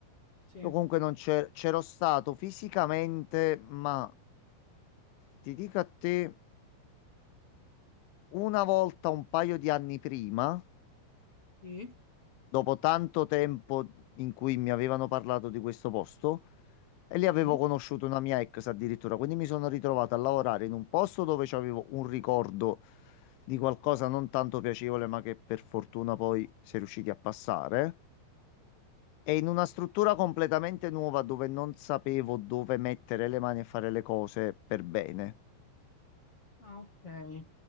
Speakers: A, on the left (about 30°); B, on the left (about 80°).
A: Sì,
B: io comunque non c'è- c'ero stato fisicamente, ma ti dico a te, una volta un paio di anni prima,
A: sì,
B: dopo tanto tempo in cui mi avevano parlato di questo posto, e lì
A: sì.
B: avevo conosciuto una mia ex addirittura, quindi mi sono ritrovato a lavorare in un posto dove c'avevo un ricordo di qualcosa non tanto piacevole, ma che per fortuna poi si è riusciti a passare. E in una struttura completamente nuova dove non sapevo dove mettere le mani e fare le cose per bene.
A: Ah, ok.